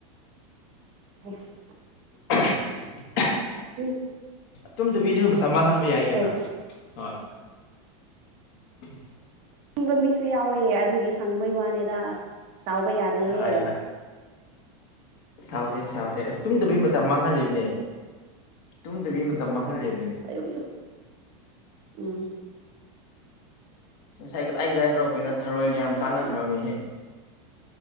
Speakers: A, on the right (about 30°); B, on the left (about 50°).
A: ꯑꯁ
B: <unintelligible>
A: ꯎꯝ
B: ꯇꯨꯝꯗꯕꯤꯗ ꯃꯇꯝ ꯃꯥꯡꯍꯟꯕ ꯌꯥꯏ ꯀꯩꯅꯣ
A: ꯑꯦ
B: ꯍꯣꯏ <inaudible>
A: ꯇꯨꯝꯕ ꯃꯤꯁꯨ ꯌꯥꯎꯋꯦ ꯑꯗꯨꯒꯤ ꯍꯪꯕꯩ ꯋꯥꯅꯤꯗ ꯁꯥꯎꯕ ꯌꯥꯗꯦꯍꯦ
B: ꯍꯣꯏ ꯍꯣꯏ ꯁꯥꯎꯗꯦ ꯁꯥꯎꯗꯦ ꯑꯁ ꯇꯨꯝꯗꯕꯩ ꯃꯇꯝ ꯃꯥꯡꯍꯜꯂꯤꯕꯅꯦ ꯇꯨꯝꯗꯕꯤ ꯃꯇꯝ ꯃꯥꯡꯍꯜꯂꯩꯕꯅꯤꯅꯦ
A: ꯑꯌꯣꯌꯣ ꯎꯝ
B: ꯉꯁꯥꯏ ꯀꯗꯥꯏ ꯀꯗꯥꯏꯗꯅꯣ ꯀꯩꯅꯣ
A: ꯑꯣ
B: ꯊꯔꯣꯏꯒ
A: ꯆꯥ
B: ꯌꯥꯝ
A: ꯀꯗꯥꯏꯅꯦ
B: ꯆꯥꯟꯅꯈ꯭ꯔꯕꯅꯤꯍꯦ